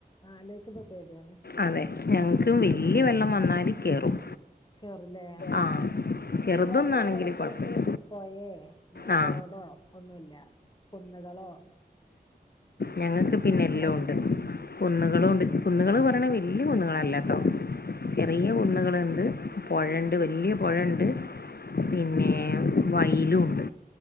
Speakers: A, on the left (about 30°); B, on the left (about 75°).
A: അലോയിച്ചു മ്പോ പെടിയാണ്
B: അതെ ഞങ്ങൾക്ക് വലിയ വെള്ളം വന്നാൽ കയറും
A: കേറുല്ലേ
B: ആ ചെറുതൊന്നാണെങ്കിൽ
A: ഞങ്ങളൊക്കെ തൊട്ടാട്ത്ത്
B: കുഴപ്പമില്ല
A: പൊ ഴേ
B: ആ
A: തോടോ ഒന്നുല്ല കുന്നുകളോ
B: ഞങ്ങക്ക് പിന്നെല്ലോംണ്ട്‌
A: നിരപ്പായ സ്ഥലാ
B: കുന്നുകളൂണ്ട് കുന്നുകള് പറയ്ണെ വല്യ കുന്നുകളല്ലട്ടോ ചെറിയ
A: ഉം
B: കുന്നുകള്ണ്ട്‌ പൊഴണ്ട് വല്യ പൊഴണ്ട് പിന്നെ വയിലൂണ്ട്